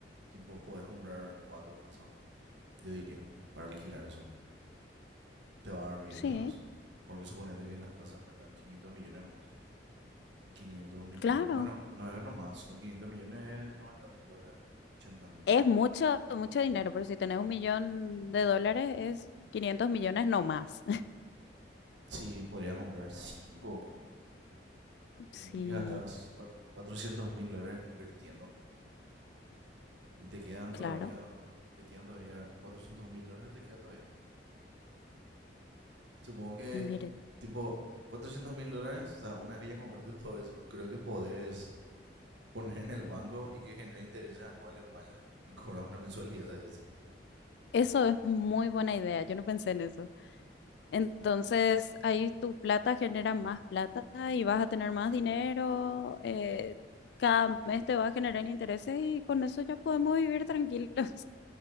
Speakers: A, on the right; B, on the left.
A: tipo, podés comprar cuatro casas o qué. Yo diría, para alquilar eso, te va a dar bien
B: Sí,
A: otra vez. Porque suponete que las casas cuestan 500 millones nomás. 500 millones,
B: claro.
A: bueno, no es nomás, sino 500 millones 90 mil dólares, por ahí, 80 mil.
B: Es mucho, mucho dinero, pero si tenés un millón de dólares es 500 millones no más. <laughs>
A: Sí, podrías comprar cinco o qué.
B: Sí,
A: Ponle que gastas 400 mil dólares invirtiendo Te quedan
B: claro,
A: todavía, te quedan todavía 400 mil dólares, te queda todavía. Supongo que,
B: invierte.
A: tipo, 400 mil dólares, o sea, una vez que ya compraste todo eso, creo que podés poner en el banco y que genere intereses anuales nomás ya. Y cobrar una mensualidad de eso.
B: Eso es muy buena idea, yo no pensé en eso. Entonces, ahí tu plata genera más plata y vas a tener más dinero, eh, cada mes te va a generar intereses y con eso ya podemos vivir tranquilos.